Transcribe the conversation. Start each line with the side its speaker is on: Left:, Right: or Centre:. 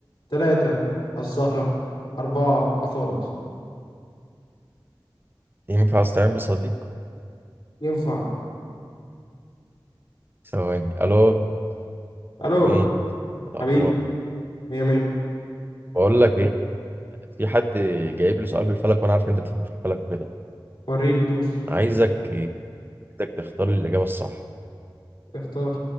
Left: تلاتة الزهرة أربعة عطارد
Right: ينفع استعين بصديق
Left: ينفع
Right: ثواني الو
Left: ألو
Right: امي الاخبار
Left: حبيبي مية مية
Right: بقول لك ايه في حد جايب لي سؤال في الفلك وانا عارف إن انت بتفهم في الفلك كده
Left: وريني دوس
Right: عايزك عايزك تختار لي الاجابه الصح
Left: اختار